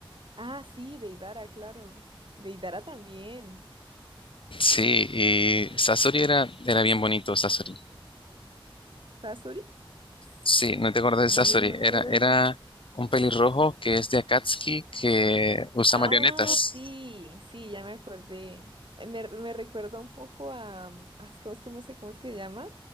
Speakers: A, on the right; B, on the left.
A: Ah, sí, de Idara, claro, de Idara también.
B: Sí, y Sasori era, era bien bonito, Sasori.
A: ¿Tazuri?
B: Sí, no te acordás
A: Ahí
B: de Sasori,
A: sí no me acuerdo.
B: era, era un pelirrojo que es de Akatsuki que usa
A: Ah,
B: marionetas.
A: sí, sí, ya me acordé. Eh, Me, me recuerda un poco a, mm, ah, ¿cómo es que no sé cómo es que se llama?